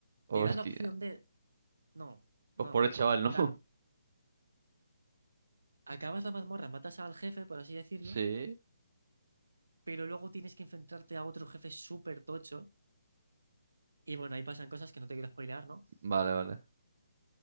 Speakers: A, on the right; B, on the right.
A: Te
B: Hostia.
A: da la opción de, no, no,
B: Pues por
A: en
B: el chaval, ¿no?
A: plan, acabas la mazmorra, matas al jefe, por así
B: <laughs>
A: decirlo,
B: Sí.
A: pero luego tienes que enfrentarte a otro jefe súper tocho. Y bueno, ahí pasan cosas que no te quiero spoilear, ¿no?
B: Vale, vale.